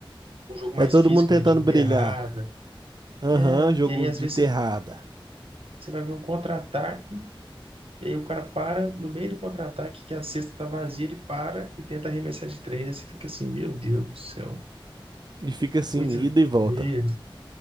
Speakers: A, on the right; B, on the right.
A: um jogo mais
B: É todo
A: físico
B: mundo tentando
A: ele de enterrada.
B: brilhar. Aham,
A: É,
B: jogo
A: e aí às
B: de
A: vezes
B: enterrada.
A: você você vai ver um contra-ataque e aí o cara para no meio do contra-ataque que a cesta tá vazia, ele para e tenta arremessar de três. Aí você fica assim, meu Deus do céu,
B: E fica assim,
A: coisa
B: ida e volta.
A: feia.